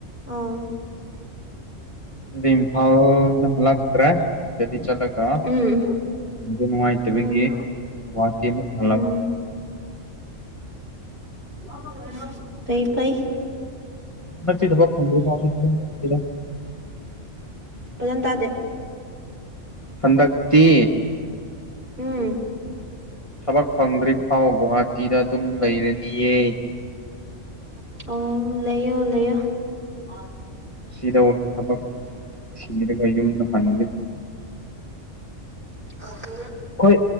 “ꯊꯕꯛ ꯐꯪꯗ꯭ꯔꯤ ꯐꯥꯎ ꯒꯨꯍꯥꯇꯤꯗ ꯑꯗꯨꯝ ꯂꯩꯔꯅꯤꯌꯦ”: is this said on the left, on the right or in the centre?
Left